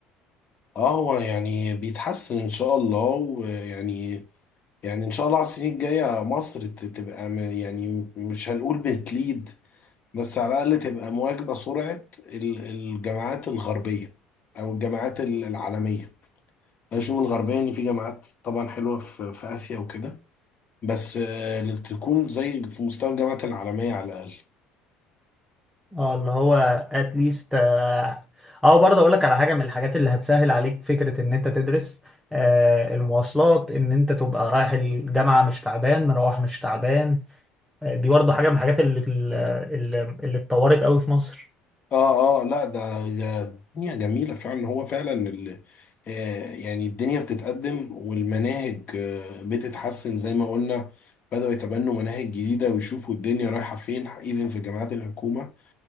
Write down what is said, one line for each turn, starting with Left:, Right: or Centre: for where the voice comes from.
Left: اه هو يعني بيتحسن إن شاء الله ويعني يعني إن شاء الله على السنين الجاية مصر ت- تبقى م- يعني مش هنقول بتليد بس على الأقل تبقى مواكبة سرعة ال- الجامعات الغربية أو الجامعات ال- العالمية الشعوب الغربية إن في جامعات طبعا حلوة في, في آسيا وكده بس آه، اللي تكون زي في مستوى الجامعات العالمية على الأقل
Centre: اه اللي هو اتليست اه آه، برضه اقول لك على حاجة من الحاجات اللي هتسهل عليك فكرة ان انت تدرس آه المواصلات ان انت تبقى رايح الجامعة مش تعبان مروح مش تعبان آه، دي برضه حاجة من الحاجات اللي اللي, اللي اتطورت قوي في مصر
Left: آه آه لا ده ده دنيا جميلة فعلا هو فعلا ال- آه، يعني الدنيا بتتقدم والمناهج آه، بتتحسن زي ما قلنا بدأوا يتبنوا مناهج جديدة ويشوفوا الدنيا رايحة فين ايفن في جامعات الحكومة